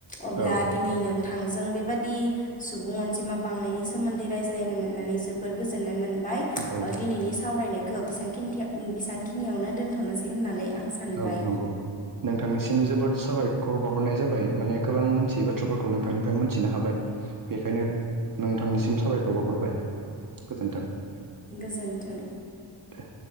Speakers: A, on the left (about 15°); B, on the right (about 45°).
A: अब्ला
B: औ
A: दिनै नों थांजों बेबादि सुबुं अनजिमा बांनायनि सोमोन्दै रायज्लायनो मोननानै जोबोद गोजोननाय मोन बाय
B: औ
A: ओ दिनैनि सावरायनायखौ बेसेबांखिनथियाव ओम बेसेबांखिनियावनो दोनथ'नोसै होननानै आं सानबाय
B: औ नंगौ नोंथांनिसिम जोबोद साबायखर बाव हरनाय जाबाय माने गोबां मोनथियै बाथ्राफोरखौ नोंथांनिफ्राय मोनथिनो हाबाय। बेखायनो नोंथांनिसिम साबायखर बावहरबाय। गोजोन्थों दे।
A: गोजोन्थों।